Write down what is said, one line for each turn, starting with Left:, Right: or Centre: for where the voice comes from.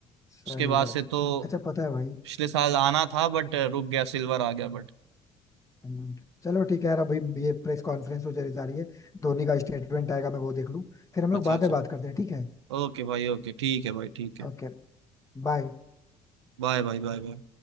Left: सही
Right: उसके बाद
Left: बात
Right: से
Left: है
Right: तो
Left: अच्छा पता है भाई
Right: पिछले साल आना था बट रुक गया सिल्वर आ गया बट
Left: हम्म, चलो ठीक है यार अभी ये प्रेस कॉन्फ्रेंस हो जा रही है धोनी का स्टेटमेंट आएगा मैं वो देख लूँ फिर हम लोग
Right: अच्छा
Left: बाद
Right: अच्छा
Left: में बात करते हैं ठीक है
Right: ओके भाई ओके ठीक है भाई ठीक है
Left: ओके बाय
Right: Bye bye bye bye